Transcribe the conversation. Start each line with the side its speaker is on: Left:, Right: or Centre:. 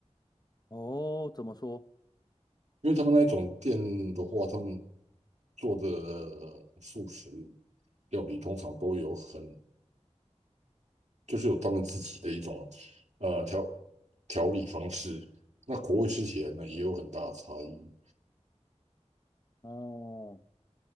Left: 哦，怎么说？
Right: 因为他们那一种店的话，他们做的素食料理通常都有很就是有他们自己的一种呃调调理方式。那口味吃起来呢也有很大的差异。
Left: 哦，